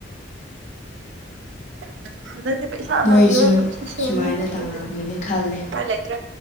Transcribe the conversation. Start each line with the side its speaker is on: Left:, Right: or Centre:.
Right: <unintelligible> ꯍꯟꯗꯛꯇꯤ ꯄꯩꯁꯥꯅ
Left: ꯅꯣꯏꯁꯨ
Right: ꯃꯤꯑꯣꯏ ꯄꯨꯟꯁꯤ ꯁꯦꯝꯃꯦ
Left: ꯁꯨꯃꯥꯏꯅ
Right: <unintelligible>
Left: ꯇꯧꯔꯝꯒꯅꯤ ꯈꯜꯂꯦ
Right: ꯎꯄꯥꯏ ꯂꯩꯇ꯭ꯔꯦ